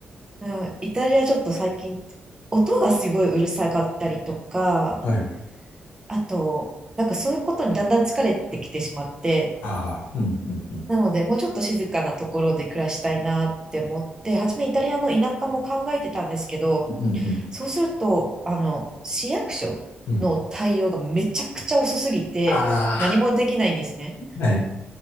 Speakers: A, on the right; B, on the left.
A: うん、イタリアちょっと最近音がすごいうるさかったりとか、
B: はい。
A: あと、なんかそういうことにだんだん疲れてきてしまって、
B: ああ、うん、うん、うん。
A: なので、もうちょっと静かなところで暮らしたいなって思って、初めイタリアの田舎も考えてたんですけど、
B: うん、うん、
A: そうすると、あの、市役所の対応がめちゃくちゃ遅すぎて、
B: うん。あ
A: 何もできないんですね。
B: あ。はい。